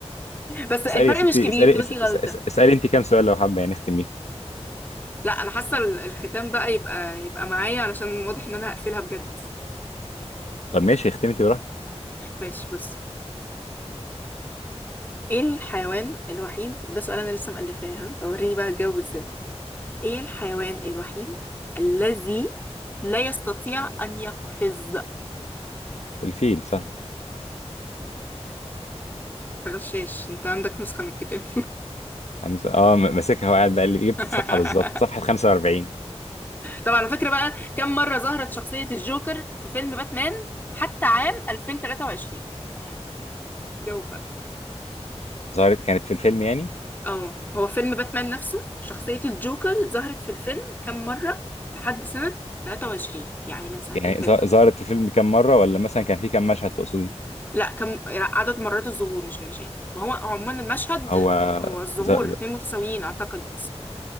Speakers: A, on the left (about 15°); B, on the left (about 75°).
A: بس الفرق
B: اسألي يا ستي
A: مش كبير
B: اسألي
A: كده
B: اس-
A: في غلطه
B: اس- اس- اسألي أنت كام سؤال لو حابة يعني نختم بيه
A: لا انا حاسه ال- الختام بقى يبقى يبقى معايا علشان واضح ان انا هقفلها بجد
B: طب ماشي اختمي أنت براحتك
A: ماشي بص ايه الحيوان الوحيد ده سؤال انا لسه مألفاها وريني بقى هتجاوب ازاي ايه الحيوان الوحيد الذي لا يستطيع ان يقفز
B: الفيل سهل
A: تغشاش انت عندك نسخه من الكتاب
B: هنس- اه م- ماسكها وقاعد بقلب جبت
A: <laughs>
B: الصفحة بالظبط صفحة 45
A: طب على فكرة بقى كم مرة ظهرت شخصية الجوكر في فيلم باتمان حتى عام 2023 ها جاوب بقى
B: ظهرت كانت في الفيلم يعني
A: اه هو فيلم باتمان نفسه شخصية الجوكر ظهرت في الفيلم كم مرة لحد سنة 23 يعني من سنتين
B: يعني
A: فاتوا
B: ظ- ظهرت في الفيلم كام مرة ولا مثلا كان في كام مشهد تقصدي
A: لا كم لا، عدد مرات الظهور مش المشاهد ما هو عموما المشهد
B: هو
A: هو الظهور
B: ز... ز...
A: اتنين متساويين اعتقد